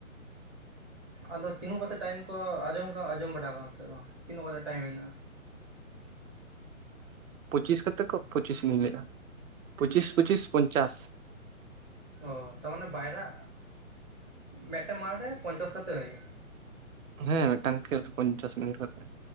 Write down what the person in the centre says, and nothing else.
ᱟᱫᱚ ᱛᱤᱱᱟᱹᱜ ᱠᱟᱛᱮ ᱴᱟᱭᱤᱢ ᱠᱚ ᱟᱸᱡᱚᱢ ᱠᱟᱜ ᱟᱸᱡᱚᱢ ᱵᱟᱲᱟ ᱠᱟᱜ ᱟᱢ ᱥᱮ ᱵᱟᱝ, ᱛᱤᱱᱟᱹᱜ ᱠᱟᱛᱮ ᱴᱟᱭᱤᱢ ᱢᱮᱱᱟᱜᱼᱟ?
ᱚ ᱛᱟᱢᱟᱱᱮ ᱵᱟᱭᱨᱟᱜ ᱢᱮᱫᱴᱮᱝ ᱢᱟᱴ ᱨᱮ ᱯᱚᱧᱪᱟᱥ ᱠᱟᱛᱮ ᱦᱩᱭᱩᱜᱼᱟ᱾